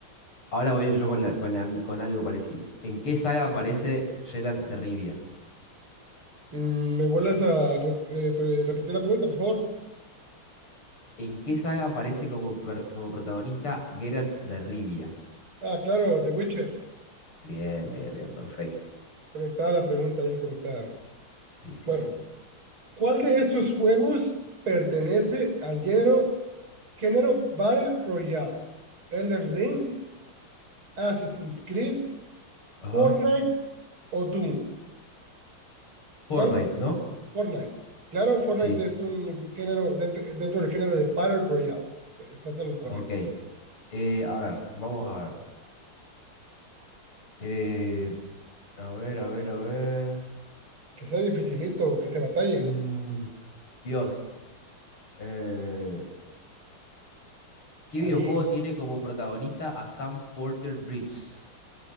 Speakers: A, on the left; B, on the right.
A: Ahora voy yo con, la- con, la- con algo parecido. ¿En qué saga aparece Geralt de Rivia?
B: Mm, ¿me vuelves a re- eh, pre- repetir la pregunta, por favor?
A: ¿En qué saga aparece como, per- como protagonista Geralt de Rivia?
B: Ah, claro, The Witcher.
A: Bien, bien, bien, perfecto.
B: Conectada la pregunta ahí, conectada.
A: Sí, sí,
B: Bueno,
A: sí.
B: ¿Cuál de estos juegos pertenece al género, género Battle Royale? Elden Ring, Assassin's Creed,
A: Ajá.
B: Fortnite o Doom.
A: Fortnite,
B: ¿Cuál?
A: ¿no?
B: Fortnite. Claro, Fortnite
A: Sí,
B: es un género dentro, dentro del género de Battle Royale. Estás en lo correcto.
A: ok. Eh, a ver, vamos a ver. Eh, a ver, a ver, a ver.
B: Que sea dificilito, que se batalle.
A: Mm, Dios. Eh, ¿qué
B: Ahí,
A: videojuego tiene como protagonista a Sam Porter Bridges?